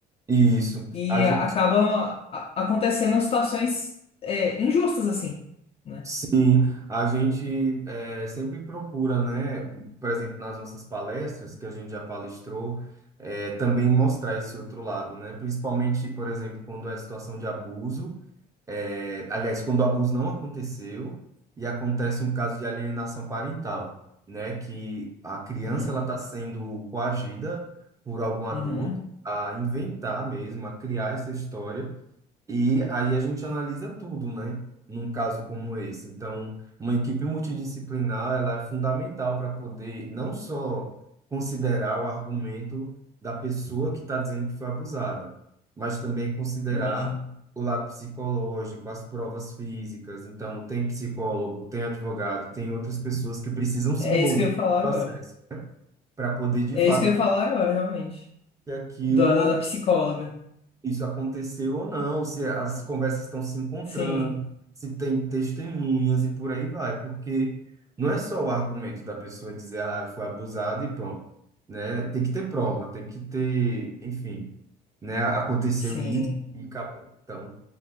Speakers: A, on the right; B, on the left.
A: isso.
B: e
A: A gente,
B: a- acaba a- acontecendo situações é, injustas assim, né?
A: sim, a gente é, sempre procura, né? Por exemplo, nas nossas palestras, que a gente já palestrou, é, também mostrar esse outro lado, né? Principalmente, por exemplo, quando é situação de abuso. É, aliás, quando o abuso não aconteceu e acontece um caso de alienação parental, né, que a criança
B: Uhum,
A: ela está sendo coagida por algum adulto
B: uhum,
A: a inventar mesmo, a criar essa história e aí a gente analisa tudo, né? Num caso como esse. Então, uma equipe multidisciplinar, ela é fundamental para poder não só considerar o argumento da pessoa que está dizendo que foi abusada, mas também considerar
B: imagino.
A: o lado psicológico, as provas físicas. Então, tem psicólogo, tem advogado, tem outras pessoas que precisam se
B: É
A: envolver
B: isso que eu
A: no
B: ia falar
A: processo
B: agora.
A: para poder, de
B: É
A: fato,
B: isso que eu ia falar agora, realmente.
A: que aquilo
B: Da, da, da psicóloga.
A: isso aconteceu ou não, se as conversas estão se encontrando,
B: Sim,
A: se tem testemunhas e por aí vai, porque não é só o argumento da pessoa dizer, ah, eu fui abusada e pronto, né? Tem que ter prova, tem que ter, enfim, né? Aconteceu
B: sim,
A: e, e acabou. Então,